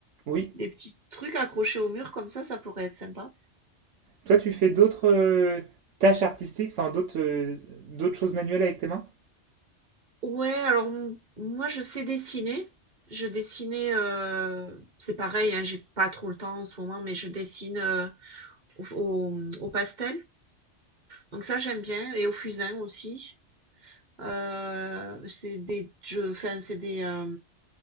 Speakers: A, on the right; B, on the right.
A: Oui.
B: Des petits trucs accrochés au mur comme ça, ça pourrait être sympa.
A: Toi, tu fais d'autres euh, tâches artistiques, enfin d'autres euh, d'autres choses manuelles avec tes mains?
B: Ouais, alors m- moi je sais dessiner. Je dessinais, euh, c'est pareil, hein, j'ai pas trop le temps en ce moment, mais je dessine euh, au, au- au pastel. Donc ça j'aime bien et au fusain aussi. Euh, c'est des, je, enfin c'est des, euh,